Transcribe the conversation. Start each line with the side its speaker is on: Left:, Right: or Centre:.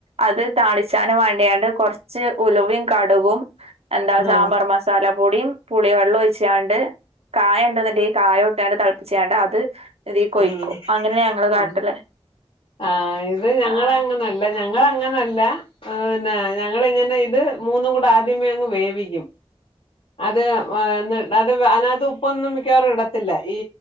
Right: അത് താളിച്ചാനും വാ ചെയ്യാണ്ട് കൊറച്ച് ഉലുവയും കടുകും എന്താ
Left: ആ
Right: സാമ്പാർ മസാല പൊടിയും പുളിവെള്ളം ഒഴിച്ചാണ്ട് കായ ഉണ്ടെന്നണ്ട്ഈ കായ ഇട്ടാണ്ട് തിളപ്പിച്ചാണ്ട് അത് ഇതീകൊയ്ക്കും
Left: ഉം,
Right: അങ്ങനെയ ഞങ്ങള്
Left: ആ.
Right: കാട്ടല്
Left: ആ ഇത് ഞങ്ങളങ്ങനെല്ല
Right: ആഹ്
Left: ഞങ്ങങ്ങനെ ല്ല പിന്നെ ഞങ്ങിങ്ങനെ ഇത് മൂന്നും കൂടെ ആദ്യമേ അങ്ങ് വേവിക്കും അത് <unintelligible> അത് അതിനകത്ത് ഉപ്പൊന്നും മിക്കവാറും ഇടത്തില്ല ഈ